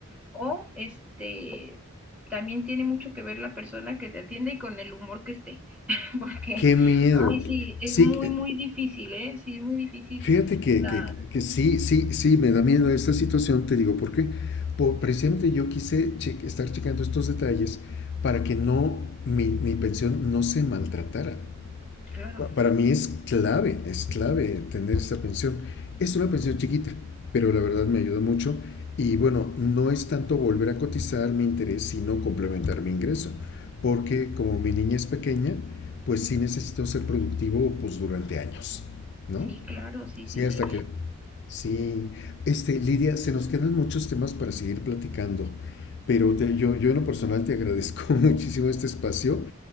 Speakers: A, in the centre; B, on the left.
A: o este también tiene mucho que ver la persona que te atiende y con el humor que esté, <laughs> porque
B: ¡Qué miedo!
A: ay sí, es
B: Sí,
A: muy,
B: que-
A: muy difícil, ¿eh? Sí, es muy difícil
B: fíjate que,
A: la
B: que- que sí, sí, sí, me da miedo esta situación, te digo, ¿por qué? Por, precisamente yo quise che- estar checando estos detalles para que no, mi, mi pensión no se maltratara.
A: claro.
B: Pa- Para mí es clave, es clave tener esta pensión. Es una pensión chiquita, pero la verdad me ayuda mucho. Y bueno, no es tanto volver a cotizar mi interés, sino complementar mi ingreso. Porque como mi niña es pequeña, pues sí necesito ser productivo pues durante años, ¿no?
A: Sí, claro, sí,
B: Sí,
A: sí,
B: hasta
A: sí.
B: que... Sí. Este, Lidia, se nos quedan muchos temas para seguir platicando. Pero te- yo, yo en lo personal te agradezco <laughs> muchísimo este espacio